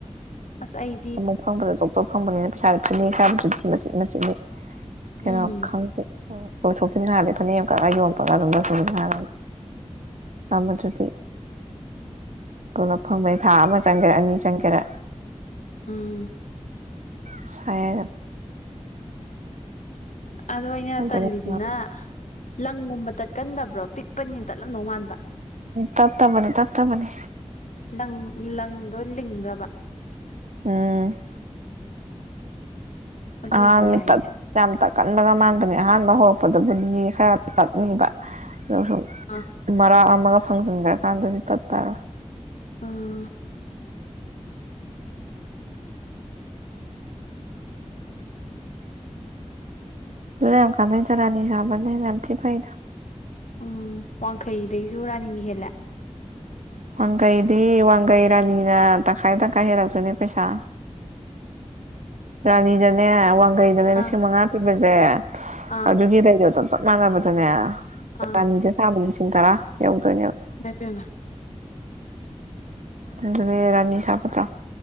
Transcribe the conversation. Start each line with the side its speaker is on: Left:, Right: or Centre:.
Left: ꯑꯁ ꯑꯩ
Right: ꯑꯃꯨꯛ ꯐꯪꯕꯗ ꯑꯆꯣꯆꯣꯞ ꯐꯪꯕꯅꯤꯅ ꯄꯩꯁꯥ ꯐꯅꯥꯕꯁꯨꯗꯤꯤ ꯃꯆꯤꯠ ꯃꯆꯤꯠꯂꯤꯦ ꯀꯩꯅꯣ
Left: ꯎꯝ
Right: ꯈꯪꯗꯦ ꯂꯣꯏꯊꯣꯛꯈꯤꯕ ꯍꯥꯏꯔꯗꯤ ꯐꯅꯦꯛ ꯀ ꯌꯣꯟꯄꯒ ꯑꯗꯨꯝ ꯂ ꯍꯥꯏꯔ ꯑꯃꯗꯨꯗꯤ ꯀꯂꯞ ꯐꯪꯕꯅꯤ ꯊꯥ ꯑꯃ ꯆꯪꯒꯦꯔꯥ ꯑꯅꯤ ꯆꯪꯒꯦꯔꯥ
Left: ꯎꯝ
Right: ꯁꯦ
Left: ꯑꯗꯣ ꯑꯩꯅ
Right: ꯑꯗꯨꯅ
Left: ꯇꯜꯂꯤꯁꯤꯅ
Right: ꯐꯕꯅꯤ
Left: ꯂꯪꯒꯨꯝꯕ ꯇꯠꯀꯟꯗꯕ꯭ꯔꯣ ꯄꯤꯛꯄꯅꯤꯅ ꯇꯠꯂꯝꯗꯧ ꯃꯥꯟꯕ
Right: ꯇꯠꯇ ꯃꯅꯤꯅꯦ ꯇꯠꯇ ꯃꯅꯤ
Left: ꯂꯪ ꯂꯪꯗꯣ ꯂꯤꯡꯕ꯭ꯔꯕ
Right: ꯎꯝ
Left: ꯑꯗꯨꯏꯗꯤ
Right: ꯑꯃꯤꯇꯥ
Left: ꯌꯥꯏꯅꯦ
Right: ꯌꯥꯝ ꯇꯛꯀꯟꯕꯒ ꯃꯥꯟꯕꯅꯤ ꯑꯍꯥꯟꯕ ꯍꯧꯔꯛꯄꯗꯕꯨꯗꯤ ꯈꯔ ꯇꯠꯅꯤꯡꯕ ꯑꯗꯨꯒ
Left: ꯑꯥ
Right: ꯃꯔꯥꯛ ꯑꯃꯒ ꯐꯪꯖꯟꯈ꯭ꯔꯀꯥꯟꯗꯗꯤ ꯇꯠꯇꯔꯣꯏ
Left: ꯎꯥ
Right: ꯂꯩꯈ ꯅ ꯆꯔꯥꯅꯤ ꯆꯥꯅꯦ ꯌꯥꯥꯟꯁꯤ ꯐꯩꯗ
Left: ꯎꯝ ꯋꯥꯡꯈꯩꯗꯩꯁꯨ ꯔꯥꯅꯤꯅꯤ ꯍꯦꯜꯂꯦ
Right: ꯋꯥꯡꯈꯩꯗꯤ ꯋꯥꯡꯒꯩ ꯔꯥꯅꯤꯅ ꯇꯪꯈꯥꯏ ꯇꯪꯈꯥꯏ ꯍꯦꯜꯂꯛꯇꯣꯏꯅꯦ ꯄꯩꯁꯥ ꯔꯥꯅꯤꯗꯅꯦ ꯋꯥꯡꯒꯩꯗꯅꯦ ꯂꯤꯁꯤꯡ
Left: ꯑꯥ
Right: ꯃꯉꯥ ꯄꯤꯕꯁꯦ
Left: ꯑꯥ
Right: ꯑꯗꯨꯒꯤ ꯂꯩꯗꯣ ꯆ ꯆꯞ ꯃꯥꯟꯅꯕꯗꯅꯦ
Left: ꯑꯥ
Right: ꯔꯥꯅꯤꯗ ꯁꯥꯕꯗꯤ ꯂꯤꯁꯤꯡ ꯇꯔꯥ ꯌꯧꯗꯣꯏꯅꯦꯕ
Left: ꯗꯕꯦꯃ
Right: ꯑꯗꯨ ꯔꯥꯅꯤ ꯁꯥꯥꯄꯠꯇ꯭ꯔꯣ